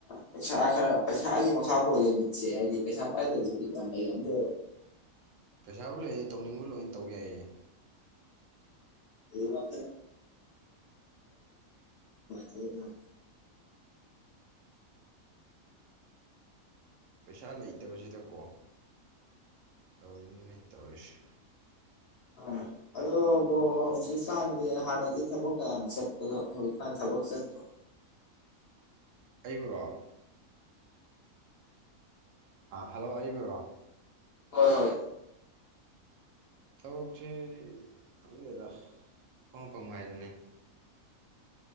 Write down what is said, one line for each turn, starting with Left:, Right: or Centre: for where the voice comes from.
Left: ꯄꯩꯁꯥ ꯈꯔ ꯄꯩꯁꯥꯒꯤ ꯃꯈꯥ ꯄꯣꯜꯜꯂꯤꯦ ꯃꯤꯠꯁꯦ ꯍꯥꯏꯗꯤ ꯄꯩꯁꯥ ꯄꯥꯏꯗꯕꯁꯤꯗꯤ ꯌꯥꯝ ꯂꯩ ꯑꯗꯣ
Right: ꯄꯩꯁꯥꯕꯨ ꯂꯩꯔꯗꯤ ꯇꯧꯅꯤꯡꯕ ꯂꯣꯏꯅ ꯇꯧ ꯌꯥꯏꯌꯦ
Left: ꯃꯥ ꯐ
Right: ꯄꯩꯁꯥ ꯂꯩꯇꯕꯁꯤꯗꯀꯣ ꯇꯧꯔꯤꯅꯤꯅꯦ ꯇꯧꯔꯤꯁꯦ
Left: ꯍ ꯑꯗꯨꯣꯕꯨ ꯍꯧꯖꯤꯛꯀꯥꯟꯒꯤ ꯍꯥꯟꯅꯗꯤ ꯊꯕꯛ ꯀꯌꯥꯝ ꯆꯠꯄꯗꯣ ꯍꯧꯖꯤꯛꯀꯥꯟ ꯊꯕꯛ ꯆꯠꯇ꯭ꯔꯣ
Right: ꯑꯩꯕꯨꯔꯣ ꯍꯜꯂꯣ ꯑꯩꯕꯨꯔꯣ
Left: ꯍꯣꯏ ꯍꯣꯏ
Right: ꯊꯕꯛꯁꯦ ꯈꯪꯗꯦꯗ ꯑꯐꯪ ꯑꯐꯪꯕ ꯍꯥꯏꯗꯨꯅꯤ